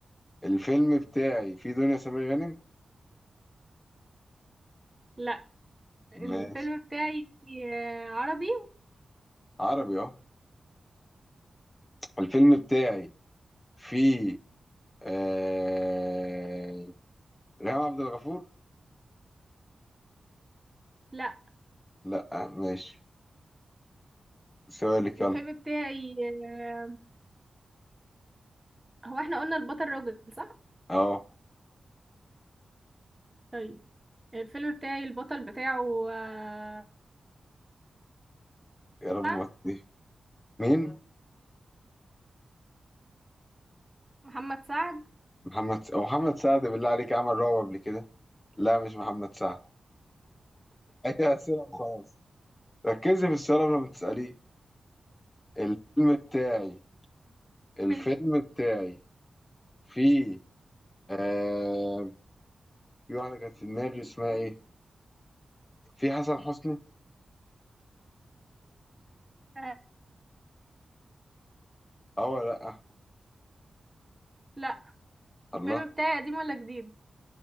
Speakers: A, on the left; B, on the right.
A: الفيلم بتاعي فيه دنيا سمير غانم
B: لا الفيلم
A: ماشي
B: بتاعي آه عربي
A: عربي اه الفيلم بتاعي فيه آه... ريهام عبد الغفور
B: لا
A: لا ماشي سؤالك
B: الفيلم
A: يلا
B: بتاعي آه هو احنا قلنا البطل راجل صح
A: اه
B: طيب الفيلم بتاعي البطل بتاعه آه
A: يا رب
B: سعد
A: ما تضيع مين
B: محمد سعد
A: محمد س... أو محمد سعد بالله عليك عمل رعب قبل كده لا مش محمد سعد هي أسئلة وخلاص ركزي في السؤال قبل ما تسأليه الفيلم بتاعي الفيلم
B: ماشي
A: بتاعي في آه... في واحدة كانت في دماغي اسمها إيه في حسن حسني
B: آه
A: أه ولا لأ
B: لا
A: الله
B: الفيلم بتاعي قديم ولا جديد